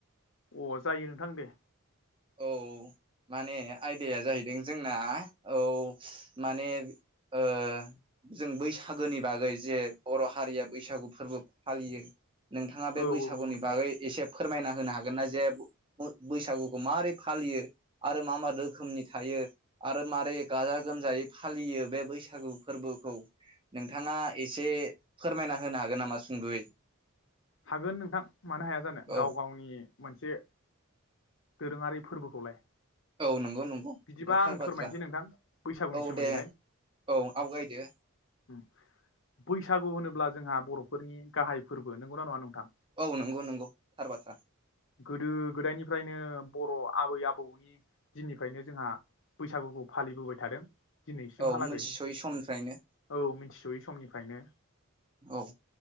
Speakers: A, on the left (about 60°); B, on the right (about 25°).
A: अ जायो नोंथां दे
B: औ माने आयदाया जाहैदों जोंना औ माने ओ जों बैसागोनि बागै जे बर' हारिया बैसागु फोरबो फालियो नोंथाङा बे
A: औ
B: बैसागुनि
A: औ नंगौ नोंथां
B: बागै एसे फोरमायना होनो हागोन ना जे ब-बैसागु खौ माबारोरै फालियो आरो मा मा रोखोमनि थायो आरो मारै गाजा गोमजायै फालियो बे बैसागु फोरबोखौ नोंथाङा एसे फोरमायना होनो हागोन नामा सुंद'यै
A: हागोन नोंथां मानो हाया जानो
B: औ
A: गाव गावनि मोनसे दोरोङारि फोरबोखौलाय
B: औ नंगौ नंगौ
A: बिदिबा
B: बेथ'थार
A: आं
B: बाथ्रा
A: फोरमायनोसै नोंथां बैसागुनि
B: औ
A: सोमोन्दैहाय
B: दे औ आवगायदो
A: बैसागु होनोब्ला जोंहा बर'फोरनि गाहाय फोरबो नों नंगौना नंङा नों थां
B: औ नंगौ नंगौ थार बाथ्रा
A: गोदो गोदायनिफ्रायनो बर' आबै-आबौनि दिननिफ्रायनो जोंहा बैसागुखौ फालिबोबाय थादों। दिनैसिमहालागै
B: औ मोथिसयै समनिफ्रायनो
A: औ मिथिस'यै समनिफ्रायनो
B: औ